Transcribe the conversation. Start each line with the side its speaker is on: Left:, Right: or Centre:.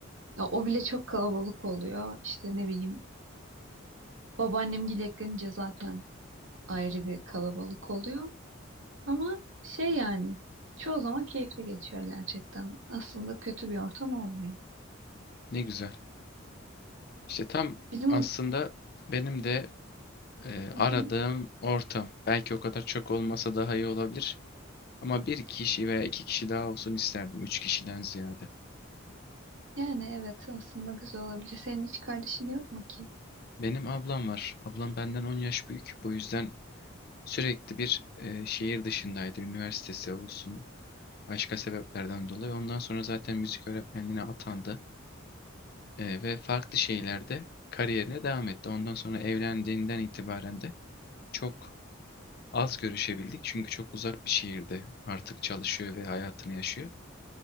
Right: Ya, o bile çok kalabalık oluyor. İşte ne bileyim babaannem eklenince zaten ayrı bir kalabalık oluyor. Ama şey yani çoğu zaman keyifli geçiyor gerçekten. Aslında kötü bir ortam olmuyor.
Left: Ne güzel. İşte tam
Right: Bizim
Left: aslında benim de e,
Right: Hı
Left: aradığım
Right: hı.
Left: ortam. Belki o kadar çok olmasa daha iyi olabilir. Ama bir kişi veya iki kişi daha olsun isterdim. Üç kişiden ziyade.
Right: yani evet aslında güzel olabilir. Senin hiç kardeşin yok mu ki?
Left: Benim ablam var. Ablam benden 10 yaş büyük. Bu yüzden sürekli bir e, şehir dışındaydı. Üniversitesi olsun. Başka sebeplerden dolayı. Ondan sonra zaten müzik öğretmenliğine atandı. E, ve farklı şeylerde kariyerine devam etti. Ondan sonra evlendiğinden itibaren de Çok az görüşebildik çünkü çok uzak bir şehirde artık çalışıyor ve hayatını yaşıyor.